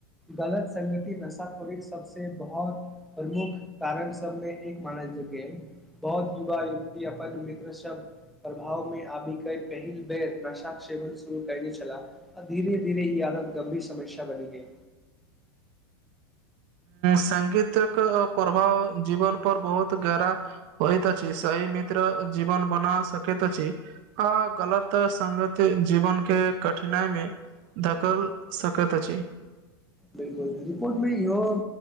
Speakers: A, in the centre; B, on the right.
A: गलत संगति नशा खोड़ी सबसँ बहुत प्रमुख कारक सबमे एक मानल गेल बहुत युवा युवती अपन मित्र सब प्रभाव मे अभी के पहिल बेर नशा सेवन सेहो कैने छला धीरे धीरे ई आदत गंभीर समस्या बनी गे
B: संगीतक प्रभाव जीवन पर बहुत गरा होइ तऽ सही मित्र जीवन बना सकैत अछि अ गलत संगत जीवन के कठिनाइ मे घकल सकत अछि
A: बिल्कुल रिपोर्ट मे इहो